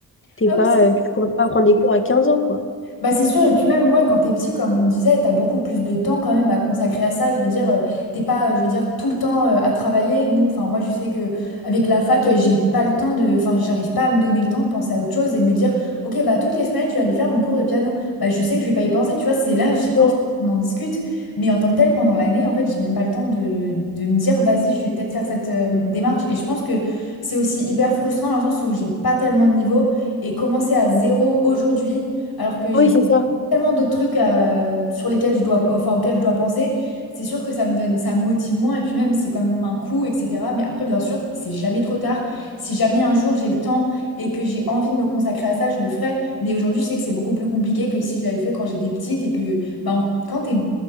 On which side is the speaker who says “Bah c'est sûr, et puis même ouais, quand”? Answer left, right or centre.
Left